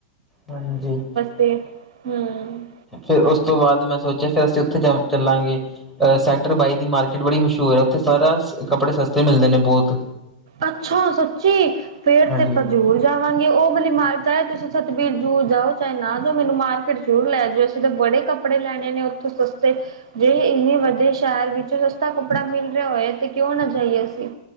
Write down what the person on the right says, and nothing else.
ਤੇ ਹੂੰ,
ਅੱਛਾ, ਸੱਚੀ ਫੇਰ
ਤੇ ਆਪਾਂ ਜਰੂਰ। ਜਾਵਾਂਗੇ। ਉਹ ਮੇਲੀ ਮਾਰ ਚਾਹੇ ਤੁਸੀਂ ਸਤਬੀਰ ਜੂ ਜਾਓ ਚਾਹੇ ਨਾ ਜਾਓ ਮੈਨੂੰ ਮਾਰਕੀਟ ਜ਼ਰੂਰ ਲੈ ਜਾਓ। ਅਸੀਂ ਤਾਂ ਬੜੇ ਕੱਪ ੜੇ ਲੈਣੇ ਨੇ, ਉੱਥੋਂ ਸਸਤੇ। ਜੇ ਇੰਨੇ, ਵੱਡੇ ਸ਼ਹਿਰ ਵਿੱਚ ਸਸਤਾ ਕੱਪੜਾ ਮਿਲ ਰਿਹਾ ਹੋਏ ਤੇ ਕਿਉਂ ਨਾ ਜਾਈਏ ਅਸੀਂ।